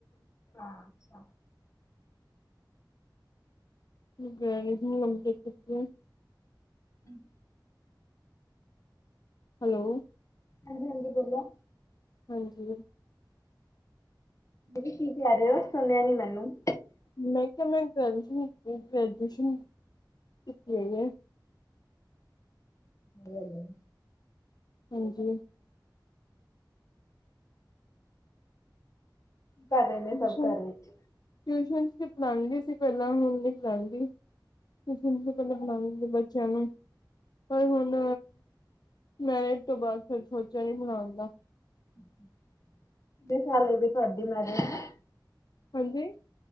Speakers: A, on the left; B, on the left.
A: ਆ ਅੱਛਾ।
B: <unintelligible>
A: ਹੂੰ
B: ਹੈਲੋ।
A: ਹਾਂਜੀ ਹਾਂਜੀ ਬੋਲੋ।
B: ਹਾਂਜੀ।
A: ਦੀਦੀ ਕੀ ਕਹਿ ਰਹੇ ਹੋ। ਸੁਣਿਆ ਨੀ ਮੈਨੂੰ
B: ਮੈਂ ਕਿਹਾ ਮੈਂ ਗ੍ਰੈਜੂਏਸ਼ਨ ਕੀ- ਗ੍ਰੈਜੂਏਸ਼ਨ ਕੀਤੀ ਹੋਈ ਹੈ।
A: ਹੈਲੋ।
B: ਹਾਂਜੀ
A: ਕੀ ਕਰ ਰਹੇ
B: ਟਿਊਸ਼ਨ
A: ਨੇ ਸਭ ਘਰ ਵਿੱਚ
B: ਟਿਊਸ਼ਨ ਵਿਚ ਪੜਉਣਦੀ ਸੀ ਪਹਿਲਾਂ, ਹੁਣ ਨਹੀਂ ਪੜਉਣਦੀ। ਟਿਉਸ਼ਨ ਵਿਚ ਬਣਾਉਣ ਪੈਂਦੀ ਏ, ਬੱਚਿਆਂ ਨਾਲ। ਪਰ ਹੁਣ ਮੈਰਿਜ ਤੋਂ ਬਾਅਦ ਫਿਰ ਸੋਚਿਆ ਨੀ ਪੜਾਨ ਦਾ।
A: ਕਿੰਨੇ ਸਾਲ ਹੋ ਗਏ ਤੁਹਾਡੀ ਮੈਰੇਜ ਨੂੰ?
B: ਹਾਂਜੀ।